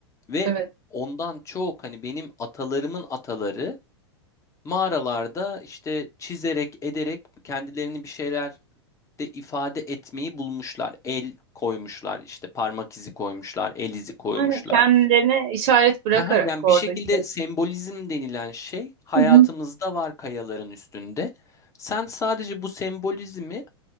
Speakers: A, on the left (about 20°); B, on the right (about 45°).
A: Ve
B: evet.
A: ondan çok hani benim atalarımın ataları mağaralarda işte çizerek, ederek kendilerini bir şeyler de ifade etmeyi bulmuşlar. El koymuşlar, işte parmak izi koymuşlar, el izi koymuşlar.
B: Aynen kendilerine işaret bırakarak
A: Ha, ha, yani
B: orada
A: bir şekilde
B: işte.
A: sembolizm denilen şey hayatımızda
B: Hı hı,
A: var kayaların üstünde. Sen sadece bu sembolizmi